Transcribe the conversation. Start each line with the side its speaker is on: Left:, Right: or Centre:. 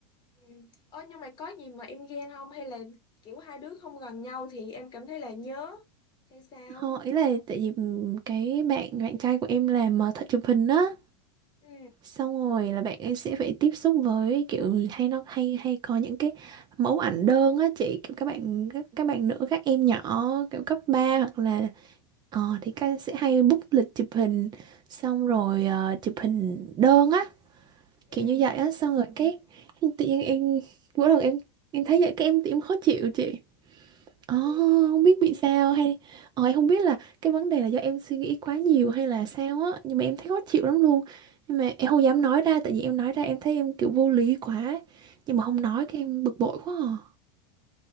Left: Ừ. Ơ nhưng mà có gì mà em ghen không hay là kiểu hai đứa không gần nhau thì em cảm thấy là nhớ hay sao?
Right: Họ ý là tại vì ừm, cái bạn bạn trai của em làm ờ, thợ chụp hình á
Left: Ừ.
Right: xong rồi là bạn ấy sẽ phải tiếp xúc với kiểu hay nó hay hay có những cái mẫu ảnh đơn á chị kiểu các bạn các, các bạn nữ các em nhỏ kiểu cấp 3 hoặc là ờ thì các sẽ hay book lịch chụp hình xong rồi ờ, chụp hình đơn á
Left: Ừ.
Right: kiểu như vậy á xong rồi cái tự nhiên em mỗi lần em em thấy vậy cái em em khó chịu chị Ồ,
Left: Ừ.
Right: không biết bị sao hay ờ, em không biết là cái vấn đề là do em suy nghĩ quá nhiều hay là sao á nhưng mà em thấy khó chịu lắm luôn nhưng mà em không dám nói ra tại vì em nói ra em thấy em kiểu vô lý quá nhưng mà không nói cái em bực bội quá à.